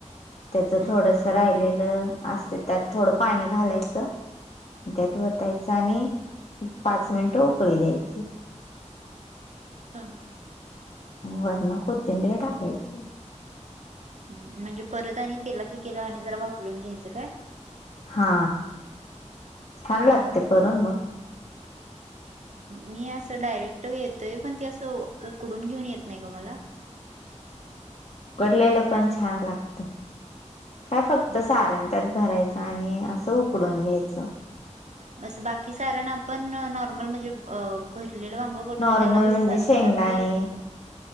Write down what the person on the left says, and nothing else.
त्याच
थोडस राहिलेलं असते त्यात थोडं पाणी घालायचं त्यात वतायच आणि पाच मिनटं उकळी द्यायची.
वरनं कोथिंबीर टाकायची.
हा. छान
लागतं करून बग.
उकडलेलं पण छान लागत. काय फक्त
सारण त्यात भरायचं. आणि आसं उकडून घ्यायचं.
नॉर्मल
म्हणजे
शेंगदाणे